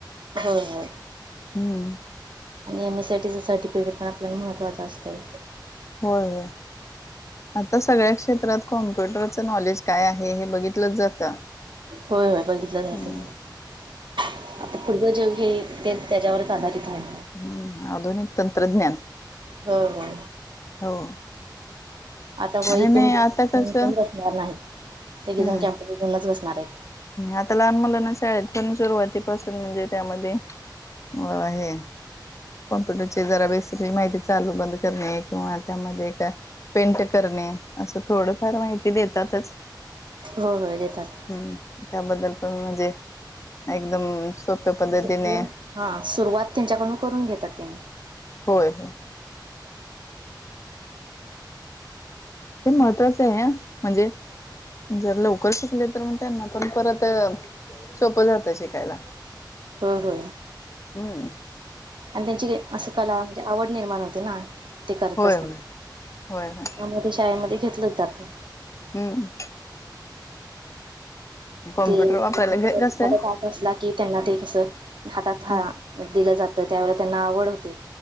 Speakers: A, on the right (about 85°); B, on the left (about 40°).
A: हो ह
B: हम्म
A: आणि एम एस सी आय टीचं सर्टिफिकेट पण आपल्याला महत्त्चं असते.
B: होय हो. आता सगळ्या क्षेत्रात कॉम्प्युटरचं नॉलेज काय आहे हे बघितलं जातं.
A: होय होय को किद झाते
B: हम्म
A: आता पुडज जंग हे ते त्याच्यावरच आधारित आहे
B: हम्म आधुनिक तंत्रज्ञान
A: ह ह
B: हो
A: आता वथण
B: आणि नाही आता कसं
A: बसणार नाही सगळेजण
B: हम्म.
A: कॅमपस घऊनच बसणार आहेत.
B: आता लहान मुलांना शाळेत पण सुरुवातीपासून म्हणजे त्यामध्ये. होय कॉम्प्युटरची जरा बेसिकली माहिती चालू बंद करणे किंवा त्यामध्ये. पेंट करणे असं थोडंफार माहिती देतातच.
A: हो होय देतात.
B: हम्म त्याबद्दल पण म्हणजे एकदम. सोप्या पद्धतीने
A: म्हणजे हा सुरुवात त्यांच्याकडून करून घेतात त्यांम्ही.
B: होय. ते महत्त्वाच आहे म्हणजे जर लवकर शिकले तर मग त्यांना पण परत. सोपं जात शिकायला.
A: ह ह
B: हम्म.
A: आणि त्यांची असं कला म्हणजे आवड निर्माण होते ना. ते करतच
B: होय होय
A: नाही
B: होय होय
A: त्या ते शाळेमध्ये घेतलं जातं.
B: हम्म. कॉम्प्युटर
A: ते एक
B: वापरायला घ कसं आहे
A: क. असला की त्यांना ते कसं हातात
B: हम्म
A: दिलं जातं त्यावेळेला त्यांना आवड होते.